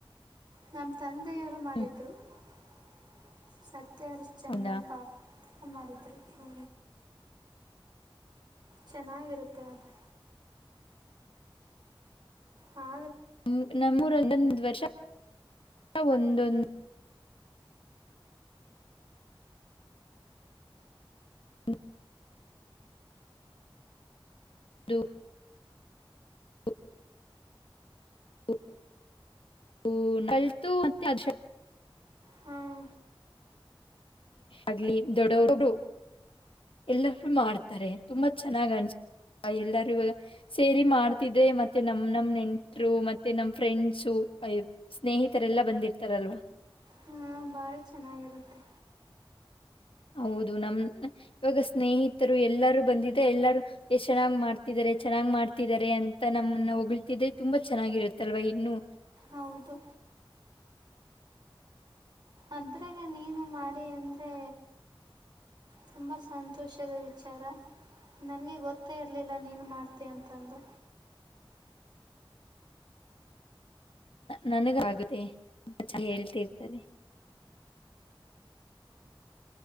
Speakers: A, on the right; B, on the left.
A: ನಮ್ ತಂದ ದೇವರು ಮಾಡಿದ್ದರು
B: ಹ್ಮ್
A: ಸತ್ಯ ಸತ್ಯ ಹರಿಶ್ಚಂದ್ರ
B: ಹೌದಾ
A: ಪಾತ್ರ ಅಮ್ಮದಿದ್ದರು ಹ್ಮ ಚೆನ್ನಾಗಿರುತ್ತೆ ಅದು ಹಾ
B: ನ ನಮೂರಂದೊಂದು ವರ್ಷ ಒಂದೊಂದು ಒಂದೊಂದು <unintelligible>
A: ಹಾಂ
B: ಆಗ್ಲಿ ದೊಡ್ಡರು ಎಲ್ಲರು ಮಾಡ್ತಾರೆ ತುಂಬಾ ಚೆನ್ನಾಗ್ ಅನ್ ಎಲ್ಲರೂ ಇವಾಗ ಸೇರಿ ಮಾಡ್ತಿದ್ರೆ ಮತ್ತೆ ನಮ್ ನಮ್ ನೆಂಟ್ರು ಮತ್ತೆ ನಮ್ ಫ್ರೆಂಡ್ಸ್ ಸ್ನೇಹಿ ತರೆ ಎಲ್ಲಾ ಬಂದಿರ್ತಾರಲ್ವಾ
A: ಹಾ ಭಾರಿ ಚೆನ್ನಾಗಿರುತ್ತೆ
B: ಹೌದು ನಮ ಇವಾಗ ಸ್ನೇಹಿತರು ಎಲ್ಲಾರು ಬಂದಿದ ಎಲ್ಲಾರು ಎಷ್ಟ್ ಚೆನ್ನಾಗ್ ಮಾಡ್ತಿದಿದ್ದಾರೆ ಚೆನ್ನಾಗ್ ಮಾಡ್ತಿದ್ದಾರೆ ಅಂತ ನಮ್ಮನ್ನ ಹೊಗಳುತ್ತಿದ್ದರೆ ತುಂಬಾ ಚೆನ್ನಾಗಿರುತ್ತಲ್ವಾ ಇನ್ನು ಚೆನ್ನಾಗಿರುತ್ತಲ್ವಾ ಇನ್ನು
A: ಹೌದು ಅದ್ರಾಗ ನೀನು ಮಾಡಿ ಅಂದ್ರೆ ತುಂಬ ಸಂತೋಷದ ವಿಚಾರ ನನಗೆ ಗೊತ್ತೇ ಇರಲಿಲ್ಲ ನೀನು ಮಾಡ್ತ ಅಂತಂದು
B: ನನಗಾಗುತ್ತೆ ಅ ಚ ಹೇಳ್ತಿರ್ತಾರೆ